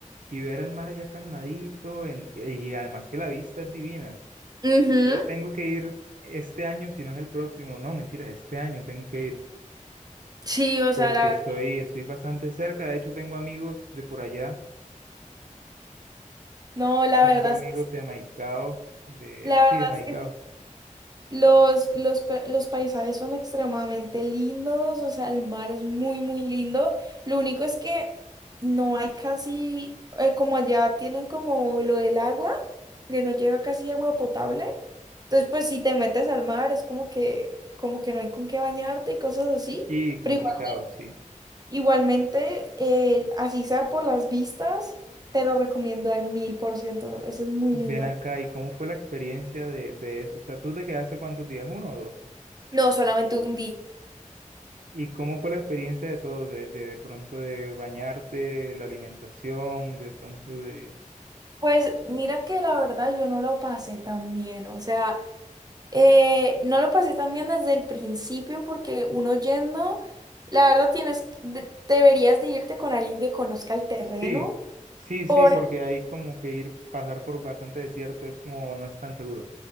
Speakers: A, on the right; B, on the right.
A: y ver el mar allá calmadizo, en- y además que la vista es divina.
B: Ujú.
A: Yo tengo que ir este año, si no es el próximo. No, mentira, este año tengo que ir
B: Sí, o
A: porque
B: sea, la verdad.
A: estoy, estoy bastante cerca. De hecho, tengo amigos de por allá.
B: No, la
A: Tengo
B: verdad,
A: amigos
B: es-
A: de Maicao, de,
B: la
A: sí,
B: verdad
A: de Maicao.
B: es que los, los, pa- los paisajes son extremadamente lindos, o sea, el mar es muy, muy lindo. Lo único es que no hay casi, eh, como allá tienen como lo del agua, que no llega casi agua potable. Entonces, pues si te metes al mar, es como que, como que no hay con qué bañarte y cosas así.
A: Y complicado,
B: Pero igual-
A: sí.
B: igualmente, eh, así sea por las vistas, te lo recomiendo al mil por ciento. Eso es muy
A: Ven
B: lindo.
A: acá, ¿y cómo fue la experiencia de, de eso? O sea, ¿tú te quedaste cuántos días? ¿Uno o dos?
B: No, solamente un día.
A: ¿Y cómo fue la experiencia de todo? De, de, de pronto de bañarte, la alimentación, de pronto de...
B: Pues mira que la verdad yo no lo pasé tan bien, o sea, eh, no lo pasé tan bien desde el principio porque uno yendo, la verdad tienes, de- deberías de irte con alguien que conozca el terreno,
A: Sí, sí,
B: por
A: sí, porque ahí como que ir, pasar por bastante desierto es como no es tan seguro.